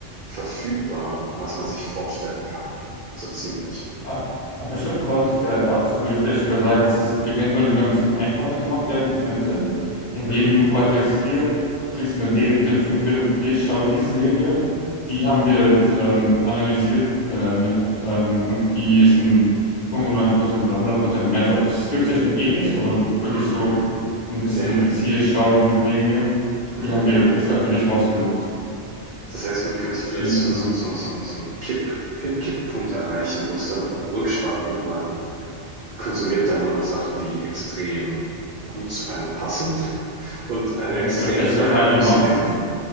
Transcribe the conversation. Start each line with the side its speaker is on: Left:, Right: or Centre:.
Right: verfügbar, was man sich vorstellen kann. So ziemlich.
Left: Ah, Aber ich glaube, konträr dazu würde ich vielleicht sogar sagen, dass es eventuell sogar ein bisschen einfacher gemacht werden könnte, indem
Right: Mhm.
Left: du quasi sagst, hier, du kriegst eine direkte Empfehlung, hier, schau diese Serie, die haben wir jetzt, ähm, analysiert äh, mit, ähm, und die ist ein 95% oder hundert Prozent Match auf dich. Es gibt ja schon ähnlich, aber wirklich
Right: Mhm,
Left: so
Right: mhm.
Left: ein bisschen
Right: Ja, ja.
Left: so dieses hier, schau diese Serie,
Right: ja,
Left: die
Right: ja,
Left: haben wir
Right: ja.
Left: extra für dich rausgesucht.
Right: Das heißt, man könnte vielleicht
Left: Also,
Right: so, so, so, so, so einen Kipp, Kipppunkt erreichen, wo es dann auch rückschwappt und man konsumiert dann nur noch Sachen, die extrem gut zu einem passen und eine
Left: ja,
Right: extrem
Left: oder vielleicht
Right: kleine
Left: sogar für einen
Right: Auslese
Left: gemacht sind.